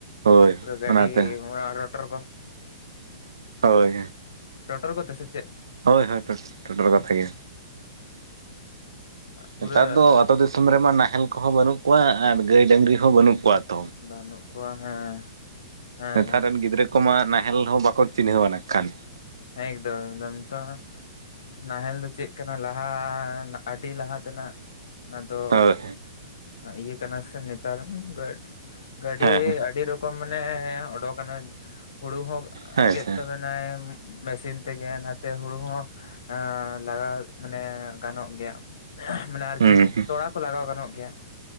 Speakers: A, on the right (about 80°); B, on the left (about 70°).
A: ᱦᱳᱭ
B: ᱯᱩᱨᱟᱹ ᱜᱟᱹᱰᱤ
A: ᱚᱱᱟᱛᱮ
B: ᱚᱱᱟ ᱨᱚᱴᱚᱨ ᱠᱚ।
A: ᱦᱳᱭ
B: ᱴᱚᱴᱚᱨ ᱠᱚᱛᱮ ᱥᱮ ᱪᱮᱫ?
A: ᱦᱳᱭ ᱦᱳᱭ ᱴᱚ ᱴᱚᱴᱚᱨ ᱠᱚᱛᱮ ᱜᱮ
B: ᱯᱩᱨᱟᱹ
A: ᱱᱮᱛᱟᱨ ᱫᱚ ᱟᱛᱳ ᱫᱤᱥᱚᱢ ᱫᱤᱥᱚᱢ ᱨᱮᱢᱟ ᱱᱟᱦᱮᱞ ᱠᱚᱦᱚᱸ ᱵᱟᱹᱱᱩᱜ ᱠᱚᱣᱟ ᱟᱨ ᱜᱟᱹᱭ ᱰᱟᱹᱝᱨᱤ ᱦᱚᱸ ᱵᱟᱹᱱᱩᱜ ᱠᱚᱣᱟ ᱛᱚ।
B: ᱵᱟᱹᱱᱩᱜ ᱠᱚᱣᱟ ᱦᱮᱸ ᱦᱮᱸ
A: ᱱᱮᱛᱟᱨ
B: ᱦᱮᱸ।
A: ᱨᱮᱱ ᱜᱤᱫᱽᱨᱟᱹ ᱠᱚᱢᱟ ᱱᱟᱦᱮᱞ ᱦᱚᱸ ᱵᱟᱠᱚ ᱪᱤᱱᱦᱟᱹᱣᱼᱟ ᱱᱟᱜᱠᱷᱟᱱ।
B: ᱮᱠᱫᱚᱢ ᱮᱠᱫᱚᱢ ᱛᱚ ᱱᱟᱦᱮᱞ ᱫᱚ ᱪᱮᱫ ᱠᱟᱱᱟ ᱞᱟᱦᱟᱻ ᱟᱹᱰᱤ ᱞᱟᱦᱟ ᱛᱮᱱᱟᱜ ᱚᱱᱟᱫᱚᱼᱼ
A: ᱦᱳᱭ
B: ᱤᱭᱟᱹ ᱠᱟᱱᱟᱥᱮ ᱱᱮᱛᱟᱨ ᱜᱟ ᱜᱟᱰᱤ
A: ᱦᱮᱸ
B: ᱟᱰᱤ ᱨᱚᱠᱼᱼ ᱠᱚᱢ ᱢᱟᱱᱮ ᱚᱰᱳᱠᱱᱟᱭ ᱦᱩᱲᱩ ᱦᱚᱸ
A: ᱦᱮᱸ
B: ᱜᱮᱫ
A: ᱥᱮ
B: ᱛᱟᱵᱮᱱᱟᱭ ᱢᱮᱥᱤᱱ ᱛᱮᱜᱮ ᱚᱱᱟᱛᱮ ᱦᱩᱲᱩ ᱦᱚᱸ ᱮᱸᱻ ᱞᱟᱜᱟᱣ ᱢᱟᱱᱮ ᱜᱟᱱᱚᱜ ᱜᱮᱭᱟ। ᱢᱟᱱᱮ ᱟᱨᱠᱤ
A: ᱦᱩᱸ
B: ᱛᱚᱲᱟ ᱠᱚ ᱞᱟᱜᱟᱣ ᱜᱟᱱᱚᱜ ᱜᱮᱭᱟ।